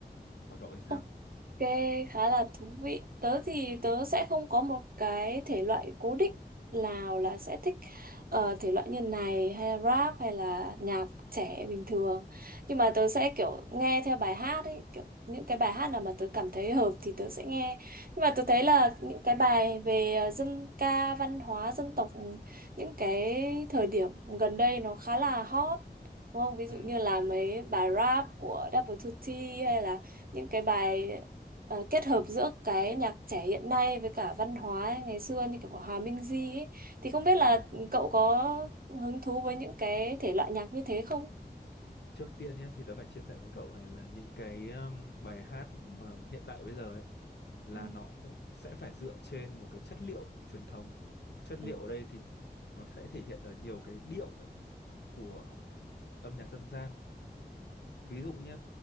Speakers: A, on the left; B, on the right.
A: còn cậu thì sao
B: Ừ. Ok, khá là thú vị. Tớ thì tớ sẽ không có một cái thể loại cố định nào là sẽ thích ờ, thể loại như này hay rap hay là nhạc trẻ bình thường. Nhưng mà tớ sẽ kiểu nghe theo bài hát ấy, kiểu những cái bài hát nào mà tớ cảm thấy hợp thì tớ sẽ nghe. Nhưng mà tớ thấy là những cái bài về ờ, dân ca, văn hóa, dân tộc những cái thời điểm gần đây nó khá là hot. Đúng không? Ví dụ
A: ừ
B: như là mấy bài rap của Double 2T hay là những cái bài ờ, kết hợp giữa cái nhạc trẻ hiện nay với cả văn hóa ngày xưa như kiểu của Hòa Minh Di ấy thì không biết
A: ừ
B: là cậu có hứng thú với những cái thể loại nhạc như thế không?
A: trước tiên nhé thì tớ phải chia sẻ với cậu này là những cái um, bài hát mà hiện đại bây giờ ấy là
B: Ừ.
A: nó cũng sẽ phải dựa trên một cái chất liệu truyền thống chất
B: Ừ.
A: liệu ở đây thì nó sẽ thể hiện ở nhiều cái điệu ấy của âm nhạc dân gian ví dụ như